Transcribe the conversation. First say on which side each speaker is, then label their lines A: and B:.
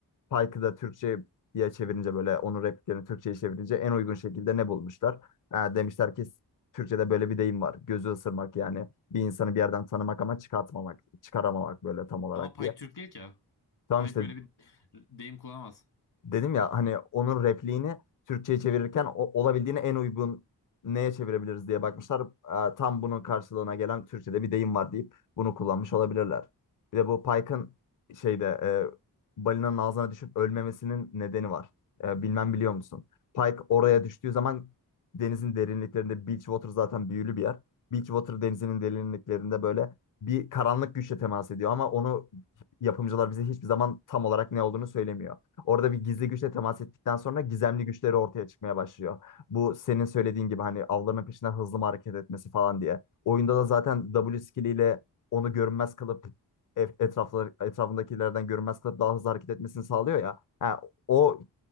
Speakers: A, on the left; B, on the left.
A: Pike'ı da Türkçe'ye çevirince böyle onun repliklerini Türkçe'ye çevirince en uygun şekilde ne bulmuşlar? Ha, demişler ki Türkçe'de böyle bir deyim var. Gözü ısırmak yani bir insanı bir yerden tanımak ama çıkartmamak, çıkaramamak böyle tam olarak
B: Ama Pike
A: diye.
B: Türk değil ki.
A: Tamam
B: Pike
A: işte
B: böyle bir deyim kullanamaz.
A: dedim ya hani onun repliğini Türkçe'ye çevirirken o- olabildiğine en uygun neye çevirebiliriz diye bakmışlar. Ee, tam bunun karşılığına gelen Türkçe'de bir deyim var deyip bunu kullanmış olabilirler. Bir de bu Pike'ın şeyde e, balinanın ağzına düşüp ölmemesinin nedeni var. E, bilmem biliyor musun? Pike oraya düştüğü zaman denizin derinliklerinde Beachwater zaten büyülü bir yer. Beachwater denizinin derinliklerinde böyle bir karanlık güçle temas ediyor ama onu yapımcılar bize hiçbir zaman tam olarak ne olduğunu söylemiyor. Orada bir gizli güçle temas ettikten sonra gizemli güçleri ortaya çıkmaya başlıyor. Bu senin söylediğin gibi hani avlarının peşinden hızlı mı hareket etmesi falan diye. Oyunda da zaten W skilliyle onu görünmez kılıp e- etraflar, etrafındakilerden görünmez kılıp daha hızlı hareket etmesini sağlıyor ya. Ha, o